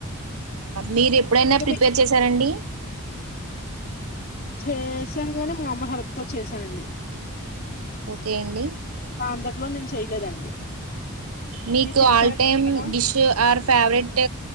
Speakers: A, on the right (about 80°); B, on the left (about 45°).
A: మీరు ఎప్పుడైనా
B: ఇంకా
A: ప్రిపేర్
B: మీ
A: చేశారండి
B: చేశాను గానీ మా అమ్మ హెల్ప్ తో చేసానండి
A: ఓకే అండి
B: అందట్లో నేను చేయలేదండి
A: మీకు
B: మీరు చేశారా
A: ఆల్ టైమ్
B: ఎప్పుడైనా?
A: డిష్ ఆర్ ఫేవరెట్